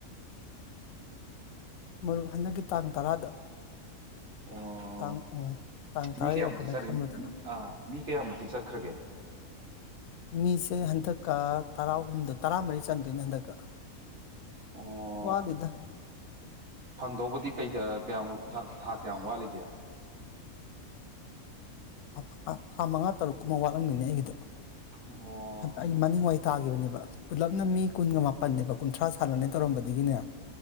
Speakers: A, on the left; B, on the right.
A: <inaudible> ꯃꯔꯨꯞ ꯍꯟꯗꯛꯀꯤ ꯇꯥꯡ ꯇꯔꯥꯗ
B: ꯑꯣ
A: ꯇꯥꯡ ꯎꯝ ꯇꯥꯡ
B: ꯃꯤ
A: ꯇꯔꯥ
B: ꯀꯌꯥꯃꯨꯛꯇꯤ
A: ꯌꯧꯔꯛꯀꯅꯤ
B: ꯆꯠ
A: ꯈꯟꯕꯗ
B: ꯑ ꯃꯤ ꯀꯌꯥꯃꯨꯛꯇꯤ ꯆꯠꯈ꯭ꯔꯒꯦ
A: ꯃꯤꯁꯦ ꯍꯟꯗꯛꯀ ꯇꯔꯥꯍꯨꯝꯗꯣꯏ ꯇꯔꯥꯃꯔꯤ ꯆꯟꯗꯣꯏꯅꯦ ꯍꯟꯗꯛꯀ
B: ꯑꯣ
A: ꯋꯥꯗꯦꯗ
B: ꯐꯪꯗꯧꯕꯗꯤ ꯀꯩꯗ ꯀꯌꯥꯃꯨꯛ ꯊ ꯊꯥ ꯀꯌꯥꯝ ꯋꯥꯠꯂꯤꯒꯦ
A: ꯑꯞ ꯑ ꯊꯥ ꯃꯉꯥ ꯇꯔꯨꯛ ꯀꯨꯝꯕ ꯋꯥꯠꯂꯝꯒꯤꯅꯤ ꯑꯩꯒꯤꯗꯣ
B: ꯍ ꯑꯣ
A: ꯑꯩ ꯃꯅꯤꯡ ꯋꯥꯏ ꯇꯥꯈꯤꯕꯅꯦꯕ ꯄꯨꯂꯞꯅ ꯃꯤ ꯀꯨꯟꯒ ꯃꯥꯄꯟꯅꯦꯕ ꯀꯨꯟꯊ꯭ꯔꯥ ꯁꯥꯟꯅꯅꯦ ꯇꯧꯔꯝꯕꯗꯒꯤꯅꯦ